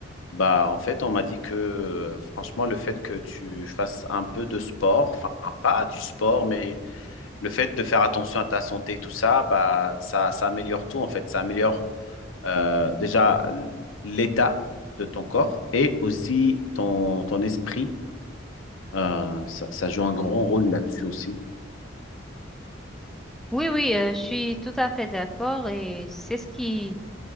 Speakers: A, on the left; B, in the centre.
A: bah, en fait, on m'a dit que, euh, franchement, le fait que tu fasses un peu de sport, enfin, pas du sport, mais le fait de faire attention à ta santé, tout ça, bah, ça, ça améliore tout en fait. Ça améliore euh, déjà l'état de ton corps et aussi ton, ton esprit. Euh, ça, ça joue un grand rôle là-dessus aussi.
B: Oui, oui, euh, je suis tout à fait d'accord et c'est ce qui,